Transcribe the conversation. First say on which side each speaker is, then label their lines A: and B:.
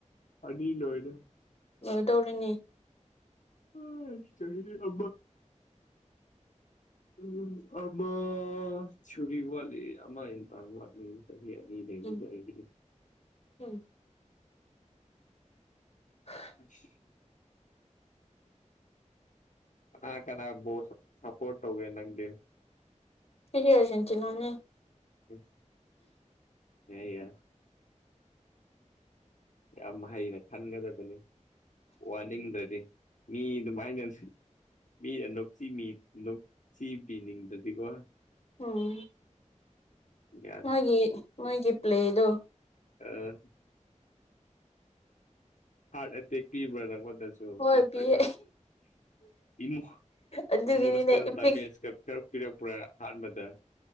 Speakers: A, on the left (about 75°); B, on the left (about 55°).
A: ꯑꯅꯤ ꯂꯣꯏꯔꯦ
B: ꯂꯒꯗꯧꯔꯤꯅꯤ
A: ꯑ ꯆꯍꯤ ꯑ ꯎꯝ ꯑꯃ ꯆꯔꯤ ꯋꯥꯂꯤ ꯑꯃꯃ ꯏꯟꯇꯥꯡ ꯋꯥꯂꯤ ꯆꯍꯤ ꯑꯅꯤ ꯂꯩꯕꯗꯨꯗꯥ
B: ꯎꯝ
A: ꯑꯩꯒꯤ
B: ꯎꯝ <unintelligible>
A: <unintelligible> ꯀꯅꯥ ꯀꯅꯥ ꯕꯣꯜ ꯁꯄꯣꯔꯠ ꯇꯧꯒꯦ ꯅꯪꯗꯤ
B: ꯑꯩꯗꯤ ꯑꯔꯖꯦꯟꯇꯤꯅꯥꯅꯦ꯫
A: ꯏꯁ ꯌꯥꯏ ꯌꯥꯏ ꯌꯥꯝ ꯍꯩꯅ ꯈꯟꯒꯗꯕꯅꯤ ꯋꯥꯅꯤꯡꯗ꯭ꯔꯗꯤ ꯃꯤ ꯑꯗꯨꯃꯥꯏꯅ ꯃꯤꯅ ꯅꯣꯛꯁꯤ ꯃꯤ ꯅꯣꯛꯁꯤꯕꯤꯤꯅꯤꯡꯗ꯭ꯔꯗꯤꯀꯣ
B: ꯎꯝ
A: ꯒ꯭ꯌꯥꯟ
B: ꯃꯣꯏꯒꯤ ꯃꯣꯏꯒꯤ ꯄ꯭ꯂꯦꯗꯨ
A: ꯑ ꯍꯥꯔꯠ ꯑꯦꯇꯦꯛ ꯄꯤꯕ꯭ꯔꯥ ꯅꯉꯣꯟꯗꯁꯨ
B: ꯍꯣꯏ
A: ꯅꯠꯇ꯭ꯔꯒ
B: ꯄꯤꯌꯦ
A: ꯏꯃ
B: ꯑꯗꯨꯒꯤꯅꯤꯅꯦ
A: ꯏꯃꯣꯁꯅꯦꯜ
B: ꯏꯄꯤꯛ
A: ꯃꯇꯆ ꯀꯥ ꯄꯤꯔꯛꯄ꯭ꯔꯥ ꯑꯍꯥꯟꯕꯗ